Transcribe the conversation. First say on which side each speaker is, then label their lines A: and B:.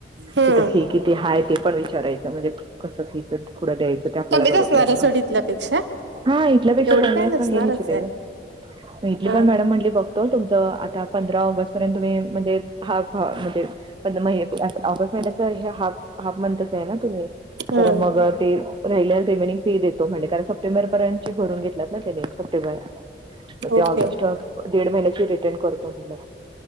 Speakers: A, on the right; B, on the right.
A: हम्म
B: तिथ किती हाय ते पण विचारायच म्हणजे कसं फी थोडं द्यायचं आपल्याला
A: कमीच
B: बरो
A: असणार आहे सोड इथल्यापेक्षा
B: हा इथल्यापेक्षा
A: एवढी
B: कमी
A: काय नसणारच
B: पण हे निश्चित आहे भेटली
A: हा
B: पण मॅडम म्हटली त तुमच आता पंधरा ऑगस्ट पर्यंत तुम्ही म्हणजे हाफ ह म्हणजे. पण म ऑगस्ट महिन्याच हे हाफ हाफ मंथच आहे ना तुम्ही
A: हा
B: तर मग ते राहिल्याला रिमनि फी देतो म्हणजे कारण सप्टेबरर्यची भून घेतत ना त्याने सप्टेबरला. ते
A: ओके
B: ऑगस्ट दड महिन्याची रिटर्न करतो मला